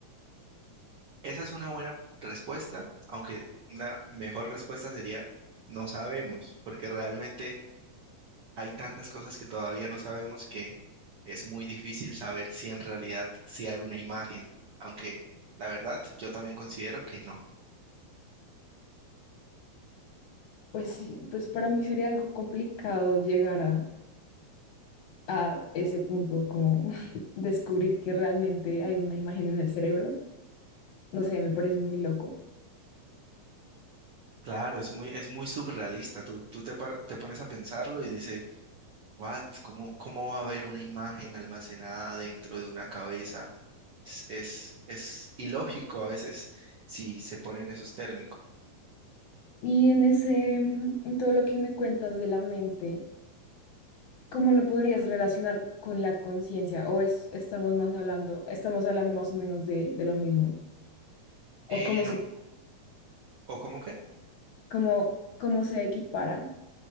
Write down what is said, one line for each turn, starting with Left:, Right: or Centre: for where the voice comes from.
Right: Esa es una buena respuesta, aunque una mejor respuesta sería no sabemos, porque realmente hay tantas cosas que todavía no sabemos que es muy difícil saber si en realidad sí hay una imagen, aunque la verdad yo también considero que no.
Left: Pues sí, pues para mí sería algo complicado llegar a, a ese punto, como <laughs> descubrir que realmente hay una imagen en el cerebro. No sé, me parece muy loco.
Right: Claro, es muy, es muy surrealista. Tú, tú te, par- te pones a pensarlo y dices, ¿what? ¿Cómo, cómo va a haber una imagen almacenada dentro de una cabeza? Es, es, es ilógico a veces si se ponen esos términos.
Left: Y en ese, mm, en todo lo que me cuentas de la mente, ¿cómo lo podrías relacionar con la conciencia? ¿O es, estamos más hablando, estamos hablando más o menos de, de lo mismo? ¿O
Right: Eh,
Left: cómo
Right: no.
Left: se,
Right: ¿O cómo qué?
Left: cómo, cómo se equipara